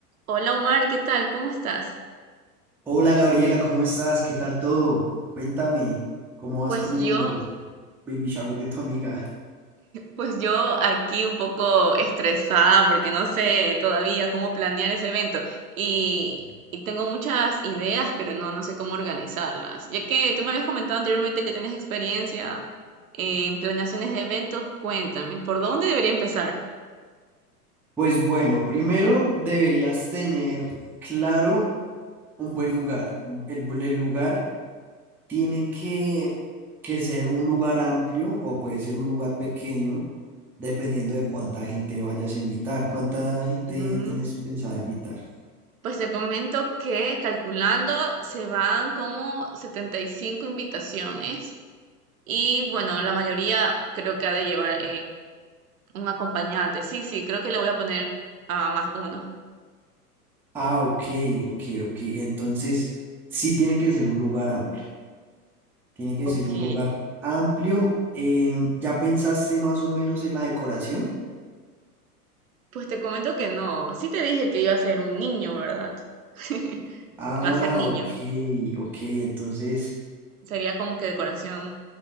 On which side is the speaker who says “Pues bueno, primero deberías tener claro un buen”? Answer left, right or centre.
Centre